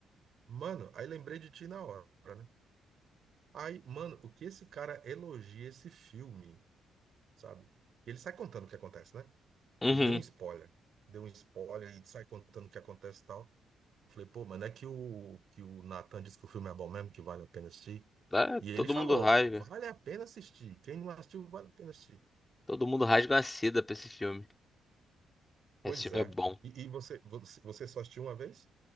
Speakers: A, on the right; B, on the left.
A: Mano, aí lembrei de ti na hora, né? Aí, mano, o que esse cara elogia esse filme, sabe? Ele sai contando o que acontece, né?
B: Uhum.
A: Ele deu um spoiler. Deu um spoiler e sai contando o que acontece e tal. Eu falei, pô, mano, é que o, que o Nathan disse que o filme é bom mesmo, que vale a pena assistir.
B: Ah,
A: E ele
B: todo
A: falou,
B: mundo rasga.
A: vale a pena assistir. Quem não assistiu, vale a pena assistir.
B: Todo mundo rasga uma seda pra esse filme.
A: Pois
B: Esse filme
A: é.
B: é bom.
A: E, e você, você você só assistiu uma vez?